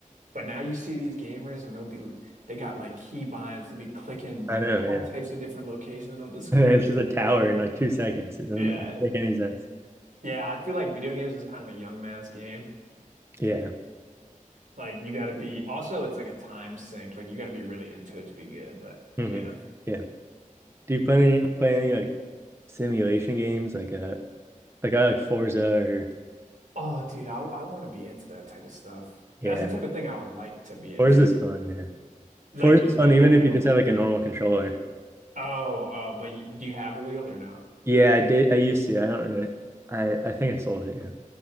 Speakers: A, on the right (about 75°); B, on the right (about 20°).
A: But now you see these gamers and they'll be they got like key binds, they'll be clicking
B: I know,
A: all
B: yeah.
A: types of different locations on
B: <laughs>
A: the screen,
B: It's
A: you
B: just
A: know
B: a tower
A: where they're doing.
B: in like two seconds. It doesn't
A: Yeah.
B: does make any sense.
A: Yeah, I feel like video games is kind of a young man's game.
B: Yeah.
A: Like you gotta be also it's like a time sink. Like you gotta be really into it to be good, but
B: hmm
A: yeah.
B: Yeah. Do you play any play any like simulation games? Like uh like I like Forza or
A: Oh dude, I I wanna be into that type of stuff.
B: yeah.
A: That's the type of thing I would like to be into.
B: Forza's fun, yeah.
A: Like
B: Forza's
A: do
B: fun
A: you have
B: even
A: a wheel?
B: if you just have like a normal controller.
A: Oh, oh, but y do you have a wheel or no?
B: Yeah, I did I used to. I don't really I I think I sold it, yeah.